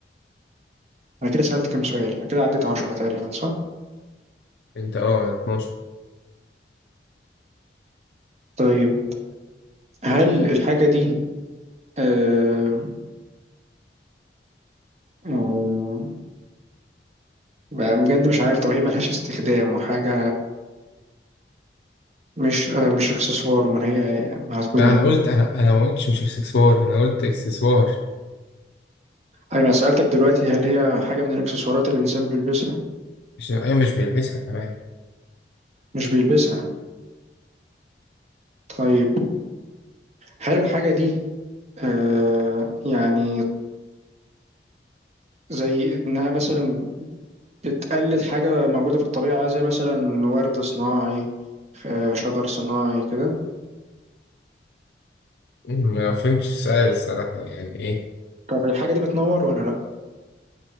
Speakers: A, on the right; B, on the left.
A: أنا كده سألت كام سؤال أنا كده عديت عشرة تقريبا صح
B: انت اه 12
A: طيب هل الحاجة دي آه آه بقى بجد مش عارف طب هي ملهاش استخدام وحاجة مش آه، مش اكسسوار امال هي ما هتكون
B: لا
A: ايه
B: انا قلت انا انا ما قلتش مش اكسسوار انا قلت اكسسوار
A: ايوه أنا سألتك دلوقتي هل هي حاجة من الاكسسوارات اللي الانسان بيلبسها
B: مش ايوه مش بيلبسها تمام
A: مش بيلبسها طيب هل الحاجة دي آه يعني زي انها مثلا بتقلد حاجة موجودة في الطبيعة زي مثلا ورد صناعي آه، شجر صناعي كده
B: ما فهمتش السؤال الصراحة يعني ايه
A: طب الحاجة دي بتنور ولا لا